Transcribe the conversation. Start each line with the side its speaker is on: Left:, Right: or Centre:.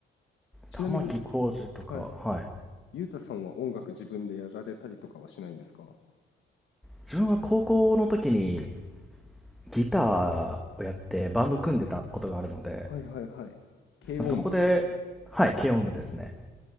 Left: ちなみに、
Centre: 玉木浩二とか、
Left: はい。
Centre: はい。
Left: ゆうたさんは音楽自分でやられたりとかはしないんですか
Centre: 自分は高校の時にギターをやってバンド組んでたことがあるので、
Left: はいはいはい。軽音部、
Centre: そこで、はい、軽音部ですね。